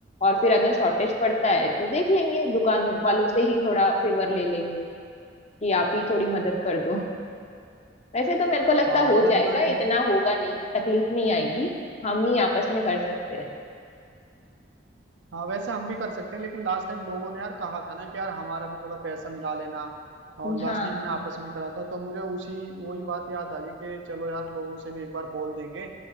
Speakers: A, on the left (about 35°); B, on the right (about 80°).
A: और फिर अगर शॉर्टेज पड़ता है तो देख लेंगे दुकान वालों से ही थोड़ा फेवर ले लेंगे कि आप ही थोड़ी मदद कर दो वैसे तो मेरे को लगता
B: हाँ
A: हो
B: न
A: जाएगा
B: मैं
A: इतना होगा नहीं तकलीफ नहीं आएगी हम ही आपस में कर सकते हैं
B: हाँ वैसे हम भी कर सकते हैं लेकिन लास्ट टाइम लोगों ने यार कहा था ना कि यार हमारा भी थोड़ा पैसा मिला लेना और
A: हाँ
B: लास्ट टाइम
A: हाँ
B: हमने आपस में करा था तो मुझे उसी वही बात याद आ गई कि चलो यार लोगों से भी एक बार बोल देंगे